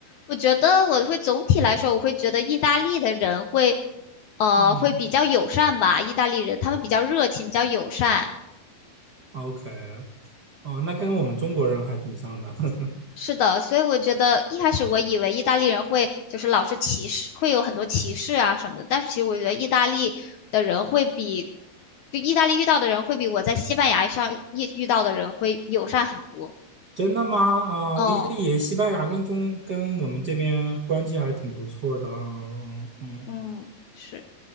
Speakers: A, on the left (about 75°); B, on the right (about 75°).
A: 我觉得我会总体来说，我会觉得意大利的人会，呃，
B: 嗯
A: 会比较友善吧，意大利人他们比较热情，比较友善。
B: ，OK，哦，那跟我们中国人还挺像的，<laughs>
A: 是的，所以我觉得一开始我以为意大利人会就是老是歧视，会有很多歧视啊什么的，但是其实我觉得意大利的人会比，就意大利遇到的人会比我在西班牙上遇遇到的人会友善很多。
B: 真的吗？啊、
A: 哦，
B: 我一直以为西班牙跟中跟我们这边关系还挺不错的，嗯嗯嗯，
A: 嗯，是，